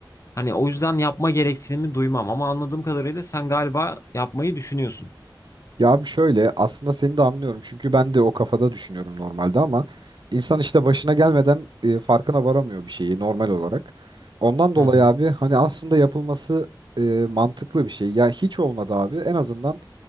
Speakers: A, on the left; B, on the right.
A: Hani o yüzden yapma gereksinimi duymam ama anladığım kadarıyla sen galiba yapmayı düşünüyorsun.
B: Ya abi şöyle aslında seni de anlıyorum çünkü ben de o kafada düşünüyorum normalde ama insan işte başına gelmeden e, farkına varamıyor bir şeyi normal olarak. Ondan dolayı
A: Hı hı.
B: abi hani aslında yapılması e, mantıklı bir şey. Ya hiç olmadı abi en azından